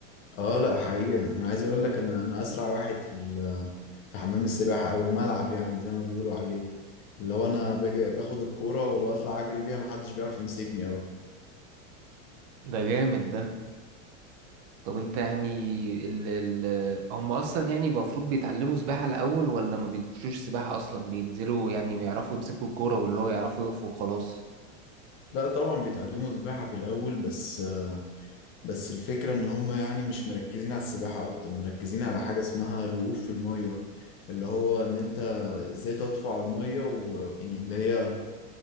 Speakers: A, on the left (about 35°); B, on the right (about 45°).
A: اه لا حقيقة انا عايز اقول لك انا انا اسرع واحد في ال- في حمام السباحة او الملعب يعني زي ما بيقولوا عليه اللي هو انا باجي باخد الكورة وبطلع اجري بيها محدش بيعرف يمسكني اوي
B: ده جامد ده طب انت يعني ال ال هم اصلا يعني المفروض بيتعلموا سباحة الاول ولا ما بيخشوش سباحة اصلا بينزلوا يعني بيعرفوا يمسكوا الكورة واللي هو يعرفوا يقفوا وخلاص
A: لا طبعا بيتعلموا سباحة في الاول بس بس الفكرة إن هما يعني مش مركزين على السباحة أكتر مركزين على حاجة اسمها الوقوف في المية اللي هو إن أنت إزاي تطفو على المية و- يعني اللي هي